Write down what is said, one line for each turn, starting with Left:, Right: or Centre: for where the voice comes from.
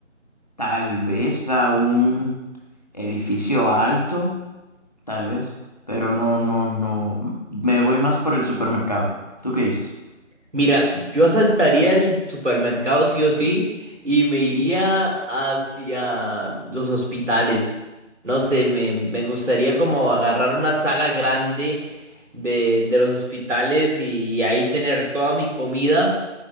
Left: tal vez a un edificio alto Tal vez, pero no, no, no. Me voy más por el supermercado. ¿Tú qué dices?
Right: Mira, yo asaltaría el supermercado sí o sí y me iría hacia los hospitales. No sé, me, me gustaría como agarrar una sala grande de, de los hospitales y, ahí tener toda mi comida